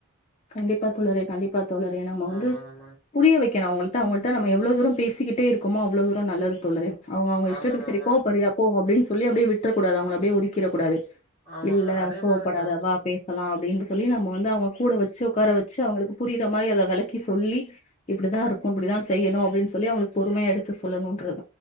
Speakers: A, on the left; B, in the centre.
A: கண்டிப்பா தோழரே கண்டிப்பா தோழரே நம்ம வந்து
B: ஆமாங்க, ஆமாங்க.
A: புரிய வைக் கணு அவங்கள்ட்ட அவங்கள்ட்ட நம்ம எவ்ளோ தூரோ பேசிக்கிட்டே இருக்கமோ அவ்ளோ தூரோ நல்லது தோழரே அவங்க அவங்க இஷ்டத்துக்கு
B: ஆமாங்க,
A: சரி
B: ஆமாங்க.
A: கோவப்படறியா போ அப்டின் சொல்லி அப்டியே வி்ட்றக்கூடாது அவங்கள அப்டியே ஒதுக்கிற கூடாது
B: ஆமாங்க.
A: இல்ல
B: அதே
A: கோவப்படாத
B: மாரி ஆ சொல்லுங்க.
A: வா பேசலா அப்டின்டு சொல்லி நம்ம வந்து அவங்க கூடு வச்சு வச்ச உக்கார வச்சு அவங்களுக்கு புரியிகிற மாதிரி அதை விளக்கி சொல்லி இப்படிதா இருக்கு இப்படிதா செய்யணு அப்படின்னு சொல்லி அவங்களுக்கு பொறுமையா எடுத்து சொல்லணும்ன்றது